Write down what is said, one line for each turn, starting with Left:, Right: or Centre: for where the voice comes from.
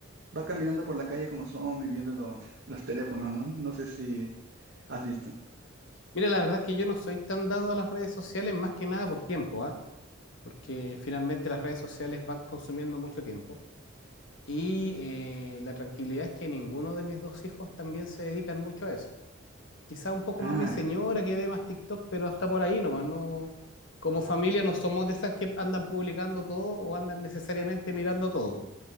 Right: va caminando por la calle como son, viviendo los, los teléfonos, ¿no? No sé si has visto.
Left: Mira, la verdad es que yo no soy tan dado a las redes sociales más que nada por tiempo, ¿ah? Porque finalmente las redes sociales van consumiendo mucho tiempo. Y eh, la tranquilidad es que ninguno de mis dos hijos también se dedican mucho a eso. Quizá un poco
Right: Ah,
Left: más mi señora que ve más TikTok, pero hasta por ahí nomás, no. Como familia no somos de esas que andan publicando todo o andan necesariamente mirando todo.